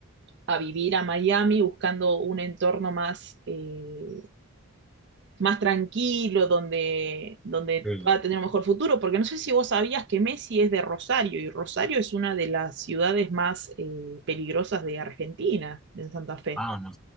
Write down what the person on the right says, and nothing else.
a vivir a Miami buscando un entorno más, eh, más tranquilo, donde, donde
va a tener un mejor futuro, porque no sé si vos sabías que Messi es de Rosario y Rosario es una de las ciudades más eh, peligrosas de Argentina, en Santa Fe.